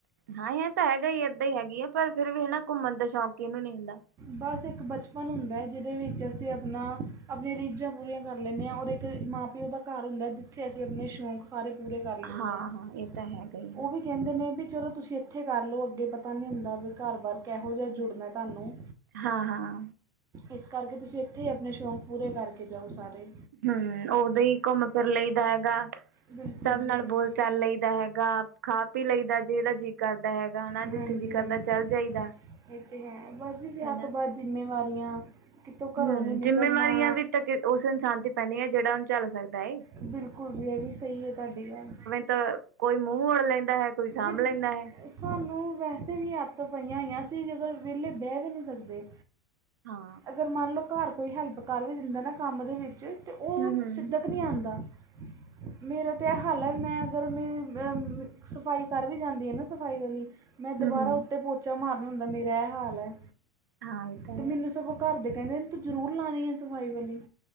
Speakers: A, on the right (about 70°); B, on the right (about 35°).
A: ਹਾਂ ਇਹ ਤਾਂ ਹੈਗਾ ਈ ਏਦਾਂ ਹੀ ਹੈਗੀ ਆ, ਪਰ ਫਿਰ ਵੀ ਹਨਾ ਘੁੰਮਣ ਦਾ ਸ਼ੌਂਕ ਕਿਹਨੂੰ ਨੀ ਹੁੰਦਾ।
B: ਬਸ ਇੱਕ ਬਚਪਨ ਹੁੰਦਾ ਜਿਹਦੇ ਵਿੱਚ ਅਸੀਂ ਆਪਣਾ ਆਪਣੀਆਂ ਰੀਝਾਂ ਪੂਰੀਆਂ ਕਰ ਲੈਂਨੇ ਆਂ, ਔਰ ਇੱਕ ਮਾਂ ਪਿ ਮਾਂ-ਪਿਉ ਦਾ ਘਰ ਹੁੰਦਾ, ਜਿੱਥੇ ਅਸੀਂ ਆਪਣੇ ਸ਼ੌਂਕ ਸਾਰੇ ਪੂਰੇ ਕਰ ਲੈਨੇ
A: ਹਾਂ-ਹਾਂ
B: ਆਂ,
A: ਇਹ ਤਾਂ ਹੈਗਾ ਹੀ
B: ਉਹ
A: ਆ
B: ਵੀ ਕਹਿੰਦੇ ਨੇ ਵੀ ਚਲੋ ਤੁਸੀਂ ਇੱਥੇ ਕਰ ਲਓ, ਅੱਗੇ ਪਤਾ ਨਹੀਂ ਹੁੰਦਾ ਵੀ ਘਰ- ਬਾਰ ਕਿਹੋ ਜਾ ਜੁੜਨਾ ਤੁਹਾਨੂੰ।
A: ਹਾਂ- ਹਾਂ,
B: ਇਸ ਕਰਕੇ ਤੁਸੀਂ ਇੱਥੇ ਹੀ ਆਪਣੇ ਸ਼ੌਂਕ ਪੂਰੇ ਕਰਕੇ ਜਾਓ ਸਾਰੇ।
A: ਹੂੰ, ਉਦੋਂ ਹੀ ਘੁੰਮ ਫਿਰ ਲਈ ਦਾ ਹੈਗਾ,
B: ਬਿਲਕੁਲ
A: ਸਭ
B: ਜੀ
A: ਨਾਲ
B: ਹਾਂ
A: ਬੋਲ ਚੱਲ ਲਈਦਾ ਹੈਗਾ, ਖਾ ਪੀ ਲਈਦਾ ਜੇਦਾ ਜੀ ਕਰਦਾ ਹੈਗਾ ਹਨਾ,
B: ਹਾਂਜੀ
A: ਜਿੱਥੇ ਜੀ
B: ਹਾਂਜੀ
A: ਕਰਦਾ ਚੱਲ ਜਾਈਦਾ
B: ਇਹ ਤੇ ਹੈ ਬਸ ਜੀ ਵਿਆਹ
A: ਹਨਾ।
B: ਤੋਂ ਬਾਅਦ ਜ਼ਿੰਮੇਵਾਰੀਆਂ ਕਿਤੋਂ
A: ਹਮ
B: ਘਰੋਂ ਨਹੀਂ ਨਿਕਲਣਾ।
A: ਜਿੰਮੇਵਾਰੀਆਂ ਵੀ ਤਾਂ ਉਸ ਇਨਸਾਨ ਤੇ ਪੈਂਦੀ ਐ, ਜਿਹੜਾ ਉਹਨੂੰ ਝੱਲ ਸਕਦਾ ਏ।
B: ਬਿਲਕੁਲ ਵੀ ਇਹ ਵੀ ਸਹੀ ਏ ਤੁਹਾਡੀ ਗੱਲ।
A: ਅ ਕੋਈ ਮੂੰਹ ਮੋੜ ਲੈਂਦਾ ਹੈ। ਕੋਈ ਸਾਂਭ
B: ਬਿਜ
A: ਲੈਂਦਾ ਹੈ
B: ਸਾਨੂੰ ਵੈਸੇ ਵੀ ਆਦਤ ਪਈਆਂ ਹੋਈਆਂ, ਅਸੀਂ ਜੇਕਰ ਵਿਹਲੇ ਬਹਿ ਵੀ ਨਹੀਂ ਸਕਦੇ।
A: ਹਾਂ
B: ਅਗਰ ਮੰਨ ਲਓ, ਘਰ ਕੋਈ ਹੈਲਪ ਕਰ ਵੀ ਦਿੰਦਾ ਨਾ ਕੰਮ ਦੇ ਵਿੱਚ ਤੇ ਉਹ
A: ਹਮ ਹਮ
B: ਸਿਦਕ ਨਹੀਂ ਆਂਦਾ। ਮੇਰਾ ਤਾਂ ਇਹ ਹਾਲ ਐ, ਮੈਂ ਅਗਰ ਮੇਰੀ ਸਫਾਈ ਕਰ ਵੀ ਜਾਂਦੀ ਹੈ ਨਾ ਸਫਾਈ ਵਾਲੀ ਮੈਂ
A: ਹਮ
B: ਦੁਬਾਰਾ
A: ਹਮ
B: ਉੱਤੇ ਪੋਚਾ ਮਾਰਨ ਹੁੰਦਾ ਮੇਰਾ ਇਹ ਹਾਲ ਐ,
A: ਹਾਂ ਇਹ ਤਾਂ
B: ਤੇ
A: ਹੈ
B: ਮੈਨੂੰ ਸਗੋਂ ਘਰ ਦੇ ਕਹਿੰਦੇ ਤੂੰ ਜ਼ਰੂਰ ਲਾਉਣੀ, ਆ ਸਫ਼ਾਈ ਵਾਲੀ।